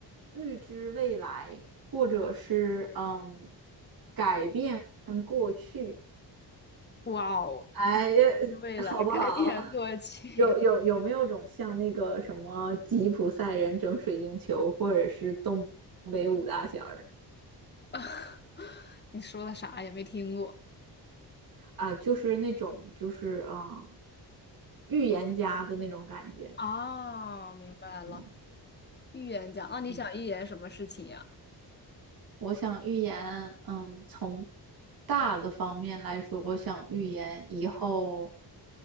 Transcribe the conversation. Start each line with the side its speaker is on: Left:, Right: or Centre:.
Right: 预知未来，或者是嗯，改变过去。
Left: 哇哦，
Right: 哎，呃好不好？
Left: 未来改变过去，
Right: 有有有没有种像那个什么吉普赛人整水晶球，或者是东北五大仙儿
Left: <laughs> 你说的啥也没听过
Right: 啊，就是那种就是嗯，预言家的那种感觉。
Left: 啊？明白了，
Right: 嗯
Left: 预言家。那你想预言什么事情呀？
Right: 嗯，我想预言，嗯，从大的方面来说，我想预言以后，